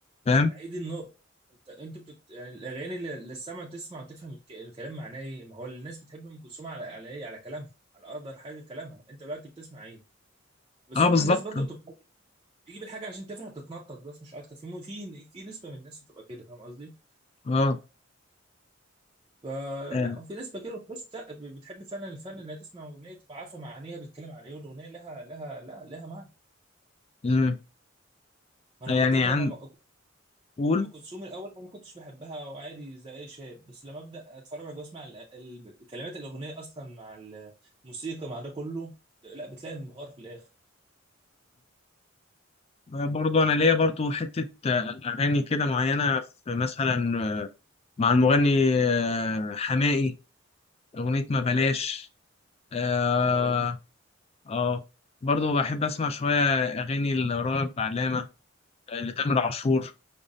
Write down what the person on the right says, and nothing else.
هي دي النقطه انت انت بتت... يعني الاغاني اللي اللي السمع تسمع وتفهم الك... الكلام معناه ايه ما هو الناس بتحب ام كلثوم على على ايه على كلامها على اقدر حاجه كلامها انت دلوقتي بتسمع ايه بس
هما
الناس برضو بتبقى بتجيب الحاجه عشان تفرح تتنطط بس مش اكتر في في في نسبه من الناس بتبقى كده فاهم قصدي
فلا
هو في نسبه كده وفي ناس لا بتحب فعلا الفن انها تسمع اغنيه تبقى عارفه معانيها بتتكلم عن ايه والاغنيه لها لها لا لها معنى
ما انا
قلت لك
لما
ام كلثوم الاول انا ما كنتش بحبها وعادي زي اي شاب بس لما ابدا اتفرج واسمع ال- ال- كلمات الاغنيه اصلا مع الموسيقى مع ده كله لا بتلاقي انبهار في الاخر
ما هو ما بالي